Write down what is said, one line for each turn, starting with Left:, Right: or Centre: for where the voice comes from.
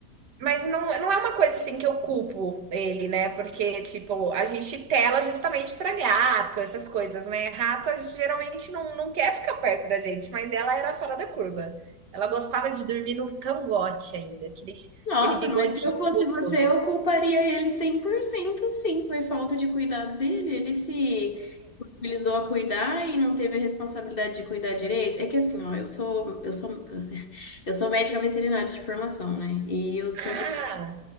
Right: Mas não, não é uma coisa assim que eu culpo ele, né? Porque, tipo, a gente tela justamente pra gato, essas coisas, né? Rato geralmente não, não quer ficar perto da gente, mas ela era fora da curva. Ela gostava de dormir no cangote ainda, aquele,
Left: Nossa,
Right: aquele bigodinho
Left: mas se eu fosse
Right: gostoso.
Left: você, eu culparia ele 100% sim. Foi falta de cuidado dele. Ele se mobilizou a cuidar e não teve a responsabilidade de cuidar direito. É que assim, ó, eu sou, eu sou, <laughs> eu sou médica veterinária de formação, né? E eu sou,
Right: Ah,